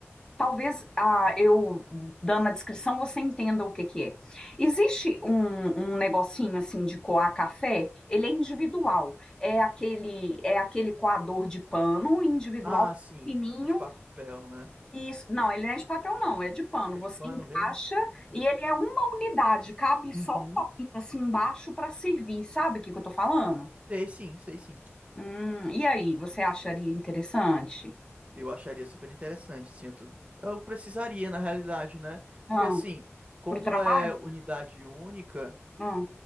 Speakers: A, on the left (about 15°); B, on the right (about 25°).
A: Talvez ah, eu dando a descrição você entenda o que que é. Existe um, um negocinho assim de coar café. Ele é individual. É aquele é aquele coador de pano individual
B: Ah, sim,
A: fininho
B: de papel, né?
A: isso, não, ele não é de papel, não, é de pano.
B: É
A: Você
B: de pano
A: encaixa
B: mesmo? Ah.
A: e ele é uma unidade, cabe
B: Uhum.
A: só um copinho assim embaixo para servir, sabe o que que eu tô falando?
B: Sei sim, sei sim.
A: Hum, e aí, você acharia interessante?
B: Eu acharia super interessante, sim. Eu, tô- eu precisaria, na realidade, né?
A: Ah,
B: Porque, assim, como
A: pro trabalho?
B: é unidade única,
A: Ah,